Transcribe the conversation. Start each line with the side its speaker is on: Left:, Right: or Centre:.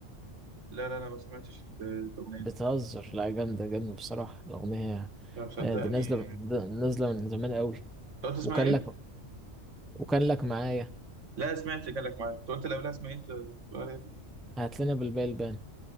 Right: لا لا لا ما سمعتش ال- الاغنيه
Centre: بتهزر
Right: دي
Centre: لا جامده جامده بصراحه الاغنيه
Right: لا مصدقني
Centre: آه، دي نازله من-
Right: انت
Centre: دي نازله من زمان قوي
Right: قلت اسمها
Centre: وكان
Right: ايه؟
Centre: لك وكان لك معايا
Right: لا سمعت كلامك معايا انت قلت اللي قبلها اسمها ايه انت بتقول عليها دي؟
Centre: هات لنا بالباقي البان